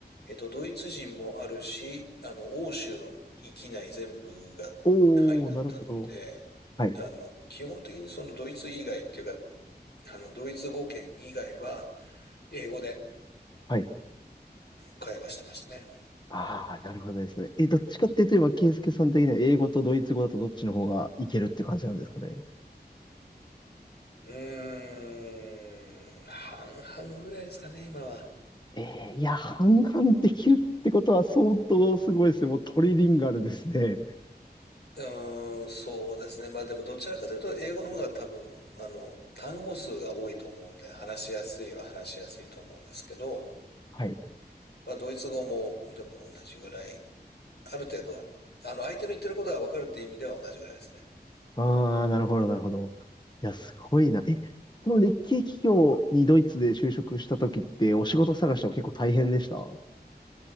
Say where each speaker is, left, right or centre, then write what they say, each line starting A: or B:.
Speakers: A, on the left; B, on the left.
A: えっと、ドイツ人もあるし、あの、欧州の域内全部が範囲だったんで、
B: おー、なるほど。はい。
A: あの、基本的にそのドイツ以外っていうか、あの、ドイツ語圏以外は、英語で
B: はい。
A: 会話してましたね。
B: ああ、なるほどですね。え、どっちかっていうと、今、ス介さん的には英語とドイツ語だとどっちの方がいけるって感じなんですかね。
A: うーん、半々ぐらいですかね、今は。
B: えー、いや、半々できるってことは相当すごいですね。もうトリリンガルですね。
A: うーん、そうですね。まあでもどちらかというと英語の方が多分、あの、単語数が多いと思うんで、話しやすいは話しやすいと思うんですけど、
B: はい。
A: まあ、ドイツ語もでも同じぐらい、ある程度は、あの、相手の言ってることが分かるっていう意味では同じぐらいですね。
B: ああ、なるほど、なるほど。いや、すごいな。え、その日系企業にドイツで就職した時って、お仕事探しは結構大変でした